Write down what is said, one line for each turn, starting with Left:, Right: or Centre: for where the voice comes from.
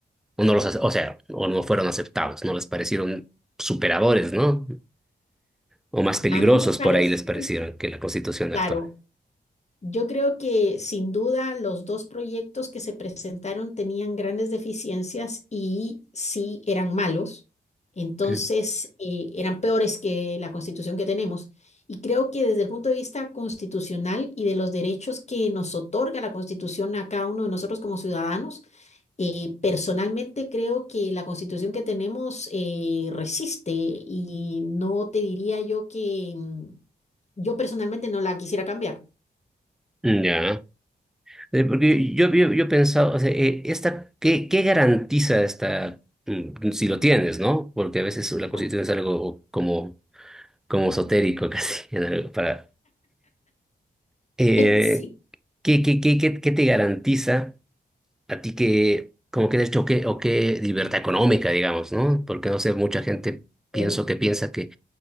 Centre: o no los, ace- o sea, o no fueron aceptados, no les parecieron superadores, ¿no? O más peligrosos
Left: A mí me parece,
Centre: por ahí les parecieron que la constitución
Left: claro,
Centre: actual.
Left: Yo creo que sin duda los dos proyectos que se presentaron tenían grandes deficiencias y sí eran malos, entonces
Centre: Mm,
Left: eh, eran peores que la constitución que tenemos. Y creo que desde el punto de vista constitucional y de los derechos que nos otorga la constitución a cada uno de nosotros como ciudadanos, eh, personalmente creo que la constitución que tenemos eh, resiste y no te diría yo que mm, yo personalmente no la quisiera cambiar.
Centre: Ya. Eh, Porque yo, yo, yo pensaba, o sea, eh, esta, ¿qué, qué garantiza esta, mm, si lo tienes, ¿no? Porque a veces la constitución
Left: ¿no?
Centre: es algo como, como esotérico <laughs> casi, en algo, para, Eh,
Left: <laughs> Sí,
Centre: ¿qué, qué, qué, qué, qué te garantiza a ti que, como que de hecho, qué, o qué libertad económica, digamos, ¿no? Porque no sé, mucha gente pienso
Left: bueno,
Centre: que piensa que,